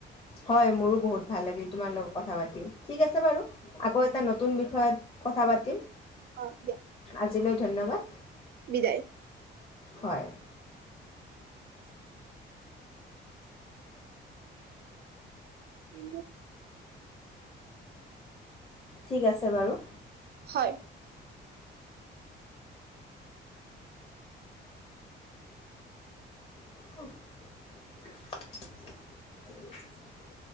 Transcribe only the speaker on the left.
হয় মোৰো বহুত ভাল লাগিল তোমাৰ লগত কথা পাতি। ঠিক আছে বাৰু আকৌ এটা নতুন বিষয়ত কথা পা <inaudible>
আজিলৈ ধন্যবাদ।
হয়।
ঠিক আছে বাৰু।
<unintelligible>